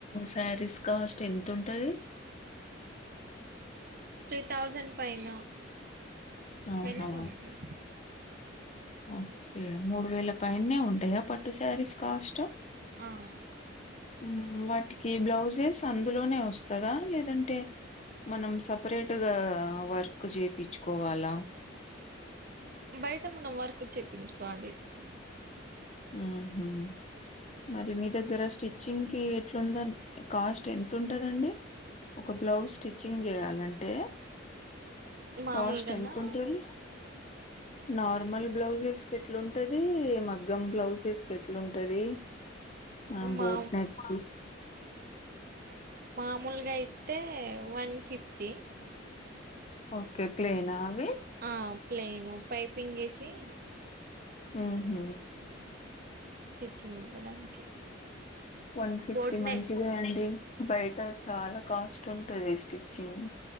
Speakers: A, on the left; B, on the right.
A: సారీస్ కాస్ట్ ఎంత ఉంటది
B: త్రీ థౌజండ్ పైన
A: ఆహా
B: పైననే ఉంటాయా
A: ఓకే మూడు వేల పైనే ఉంటాయా పట్టు సారీస్ కాస్ట్
B: ఆ
A: హు వాటికి బ్లౌజెస్ అందులోనే వస్తందా లేదంటే మనం సపరేట్గా వర్క్ చేపిచ్చుకోవాలా
B: బయట మనం వర్క్ చెప్పించుకోవాలి
A: ఉహు మరి మీ దగ్గర స్టిచ్చింగ్ కి ఎట్లుందో కాస్ట్ ఎంత ఉంటందండి ఒక బ్లౌజ్ స్టిచ్చింగ్ చేయాలంటే
B: మామూలుగన్నా
A: కాస్ట్ ఎంత ఉంటుంది నార్మల్ బ్లౌజెస్ ఎట్లాంటది మగ్ మగ్గం బ్లౌజెస్ కు ఎట్లుంటది ఆ
B: మా
A: బోట్ నెక్
B: మామూలుగా అయితే వన్ ఫిఫ్టీ
A: ఓకే ప్లేన్ నా ఆవి
B: ఆ ప్లేన్ ప్పైపింగ్ వేసి
A: ఉహు
B: స్టిచింగ్ ఇవ్వడానికి
A: వన్ ఫిఫ్టీ
B: బోట్
A: మంచిదే
B: నెక్
A: అండి బయట చాలా కాస్ట్ ఉంటది స్టిచ్చింగ్